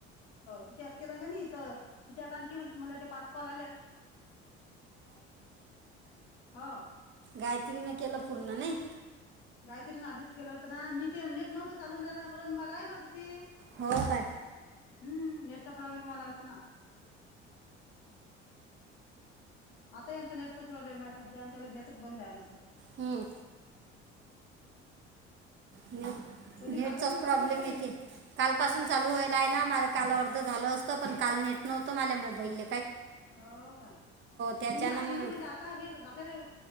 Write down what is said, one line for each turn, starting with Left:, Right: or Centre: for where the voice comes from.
Left: तिच्यात केला तिच्यात आणी कल आण.
Right: गायत्रीने केलं पूर्ण नाही.
Left: गात्रीन आधीच केलं होतं ना नी ते नेट नव्हतं चालून झालं ना म्हरून म राहिलं होत तेी.
Right: हो काय
Left: हम्म नेटचा प्रॉब्लेम आला होता ना. आताही आमचं नेटचाच प्रॉब्लेम आहे सध्या आमच्या घरी नेटच बंद आहे आमचं.
Right: हं. नेटचाच
Left: कधी कालपासून चालू
Right: प्रॉब्लेम
Left: झालं का हे
Right: येते कालपसून चालू व्हायला आहे ना माझ्या कालवर. झालं असतं पण काल नट नव्हतं माझ मोबाईल.
Left: हो काय
Right: त्याच्यानं
Left: तुम्ही आधी
Right: मग
Left: हे म्हणजे आता हे आपल्याला